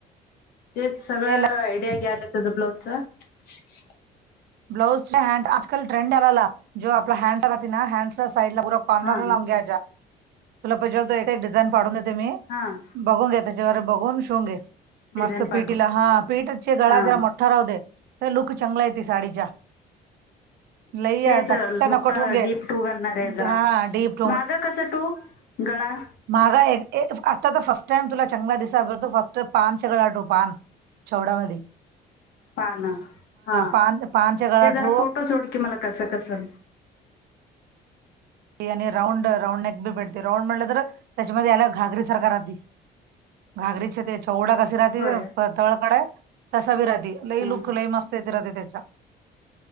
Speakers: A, on the left; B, on the right.
A: ''तेच सगळं
B: ते लाईन
A: आयडिया घ्यालं तुझ ब्लाउजच. ''
B: ''ब्लाउज हड आजकाल ट्रेंड आलाला, जो आपला हँड राहते ना हँड्सला साइडला उरव, '' ''पाणारला
A: हा
B: लाम घ्याच्या, तुला पाहिजे तर एक डिझाईन पाडून देते मी, ''
A: हां
B: ''बघून घे त्याच्यावर बघून शिवन घे,
A: डिझाईन
B: मस्त
A: पाठवू
B: पिटीला हां पीठचे गळा-''
A: हा
B: राहूदे, लुक चांगला येते साडीच्या,
A: <inaudible>
B: लई आहे,
A: तेच,
B: धक्का नको
A: मोठ
B: ठोंगे
A: डीप टू घालणार आहे जरा
B: हा डीप
A: मागं कस टू- गळा,
B: ''मागा एक आता फर्स्ट टाइम तुला चांला दिसतो, फर्स्ट टाईम पानचा गळा ठेव. '' पान चवडामध्ये,
A: पान हां,
B: पान पानच्या गळा
A: ते जरा
B: ठेव
A: फोटो सोड की मला कसं कसं,
B: ''ते आणि राऊंड-राऊंड बी भेटते राऊंड म्हटलं तर, त्याच्यामध्ये याला घागरी सारखा राहती. '' घागरीचे ते चौडा कशी राहतील
A: होय
B: पतळकडे? तसा भी राहती, लई
A: हा
B: लुक लई मस्त येत राते त्याच्या,